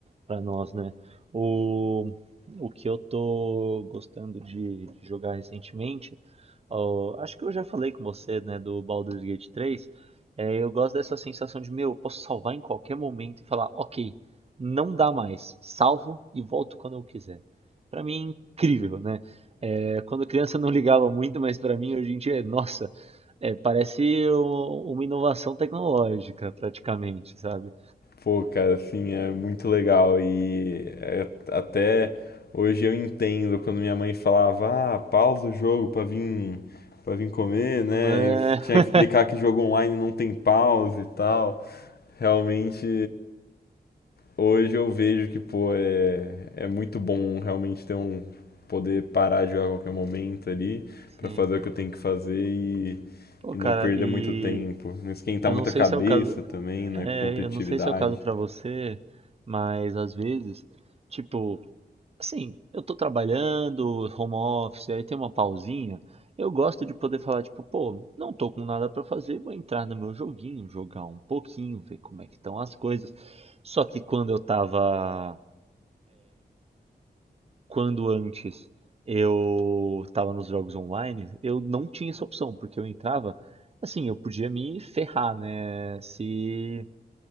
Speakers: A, on the right (about 35°); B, on the left (about 70°).
A: para nós, né? O, o que eu tô gostando de, de jogar recentemente, ó, acho que eu já falei com você, né, do Baldur's Gate 3. É, eu gosto dessa sensação de, meu, eu posso salvar em qualquer momento e falar, ok, não dá mais, salvo e volto quando eu quiser. Pra mim é incrível, né? É, quando criança eu não ligava muito, mas pra mim hoje em dia é, nossa, é, parece um- uma inovação tecnológica, praticamente, sabe?
B: Pô, cara, assim, é muito legal e é- até hoje eu entendo quando minha mãe falava, ah, pausa o jogo pra vir, para vir comer, né?
A: Né?
B: Eu tinha
A: <laughs>
B: que explicar que jogo online não tem pausa e tal. Realmente, hoje eu vejo que, pô, é, é muito bom realmente ter um poder parar de jogar a qualquer momento ali pra
A: Sim.
B: fazer o que eu tenho que fazer e,
A: Pô,
B: e não
A: cara,
B: perder
A: e
B: muito tempo, não esquentar
A: eu
B: muito
A: não sei
B: a cabeça
A: se é o caso,
B: também, né,
A: é,
B: com competitividade.
A: eu não sei se é o caso pra você, mas às vezes, tipo, assim, eu tô trabalhando, home office, aí tem uma pausinha, eu gosto de poder falar, tipo, pô, não tô com nada pra fazer, vou entrar no meu joguinho, jogar um pouquinho, ver como é que estão as coisas. Só que quando eu tava quando antes eu estava nos jogos online, eu não tinha essa opção, porque eu entrava, assim, eu podia me ferrar, né? Se